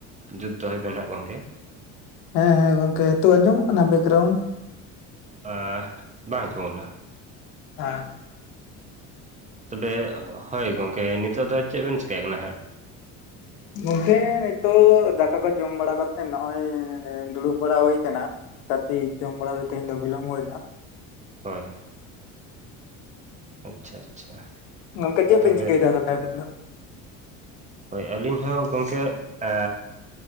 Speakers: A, on the right (about 20°); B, on the left (about 75°).
A: ᱡᱩᱛ ᱫᱚᱦᱚᱭ ᱵᱮᱱ ᱦᱟᱸᱜ ᱜᱚᱝᱠᱮ
B: ᱦᱮᱸ ᱦᱮᱸ ᱜᱚᱝᱠᱮ ᱦᱤᱛᱚ ᱟᱸᱡᱚ ᱢᱚᱜ ᱠᱟᱱᱟ ᱵᱮᱠᱜᱨᱟᱣᱩᱱᱰ?
A: ᱟ ᱵᱟᱝ ᱟᱡᱚᱢᱱᱟ᱾
B: <unintelligible>
A: ᱛᱚᱵᱮ ᱦᱳᱭ ᱜᱚᱝᱠᱮ ᱱᱤᱛᱳᱜ ᱫᱚ ᱪᱮᱫ ᱵᱮᱤᱱ ᱪᱮᱠᱟᱹᱭ ᱠᱟᱱᱟ ᱦᱟᱸᱜ?
B: ᱜᱚᱝᱠᱮ ᱱᱤᱛᱚᱜ ᱫᱟᱠᱟ ᱠᱚ ᱡᱚᱢ ᱵᱟᱲᱟ ᱠᱟᱛᱮᱜ ᱱᱚᱼᱚᱭ ᱫᱩᱲᱩᱵ ᱵᱟᱲᱟ ᱦᱩᱭ ᱟᱠᱟᱱᱟ‍᱾ ᱠᱟᱴᱤᱡ ᱡᱚᱢ ᱵᱟᱲᱟ ᱛᱮᱦᱮᱧ ᱫᱚ ᱵᱤᱞᱚᱢᱵ ᱦᱩᱭᱮᱱᱟ
A: ᱦᱳᱭ᱾ ᱟᱪᱪᱷᱟ ᱟᱪᱪᱷᱟ᱾
B: ᱜᱚᱝᱠᱮ ᱪᱮᱫ
A: ᱛᱚᱵᱮ
B: ᱵᱤᱱ ᱪᱤᱠᱟᱹᱭ ᱛᱟᱦᱚᱞᱮ ᱟᱵᱤᱱ ᱫᱚ?
A: ᱦᱳᱭ ᱟᱹᱞᱤᱧ ᱦᱚᱸ ᱜᱚᱝᱠᱮ ᱟᱻ